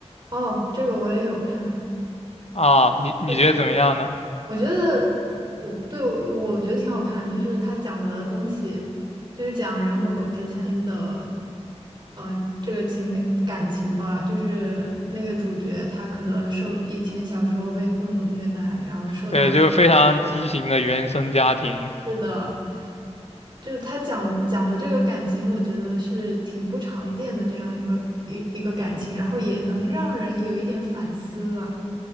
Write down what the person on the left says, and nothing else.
啊，你你觉得怎么样呢？
对，就是非常畸形的原生家庭。